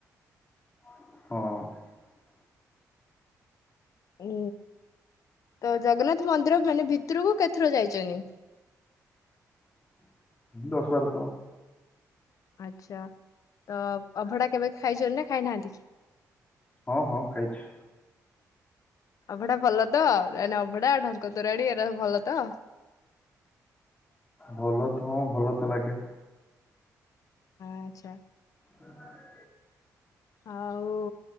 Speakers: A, on the left; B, on the left.
A: <unintelligible> ହଁ
B: ହୁଁ ତ ଜଗନ୍ନାଥ ମନ୍ଦିର ମାନେ ଭିତରକୁ କେତେଥର ଯାଇଛନ୍ତି।
A: <inaudible> ଦଶ ବାର ଥର।
B: ଆଚ୍ଛା ତ ଅବଢା କେବେ ଖାଇଛନ୍ତି ନା ଖାଇନାହାନ୍ତି?
A: ହଁ ହଁ ଖାଇଛି।
B: ଅବଢା ଭଲ ତ ଏଣ ଅବଢା ଢଙ୍କତୋରାଣୀ ଏରା ଭଲ ତ।
A: ଭଲ ତ ହଁ ଭଲ ତ ଲାଗେ।
B: ଆଚ୍ଛା
A: ହଁ <inaudible>
B: ଆଉ